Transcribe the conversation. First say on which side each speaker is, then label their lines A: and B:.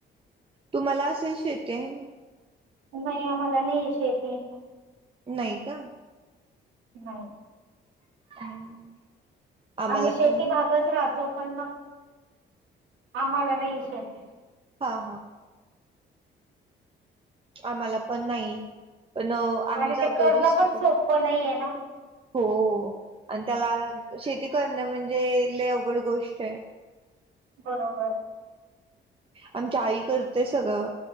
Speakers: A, on the right; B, on the right.
A: तुम्हाला असेल शेती आहे ना?
B: नाही आम्हाला नाहीये शेती.
A: नाही का?
B: हां.
A: <inaudible>
B: आम्ही शेती
A: पण
B: भागात राहतो पण मग आम्हाला नाही शेती.
A: हां हां. आम्हाला पण नाही पण आम्ही
B: आणि
A: जातो
B: ते करणं
A: दुसरीकडे.
B: पण सोपं नाहीये ना
A: हो आणि त्याला शेती करण म्हणजे लई अवघड गोष्ट आहे.
B: बरोबर.
A: आमच्या आई करतेय सगळं